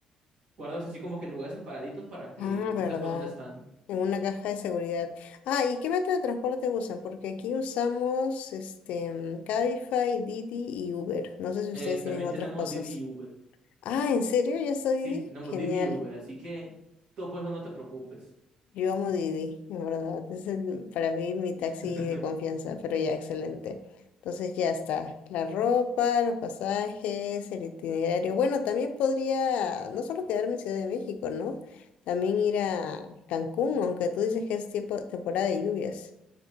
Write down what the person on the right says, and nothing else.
guardas así como que en lugares separaditos para que
tú sepas dónde están.
Eh,
también
tenemos
Didi y Uber.
Sí,
tenemos
Didi y Uber, así que tú por eso no te preocupes.
<laughs>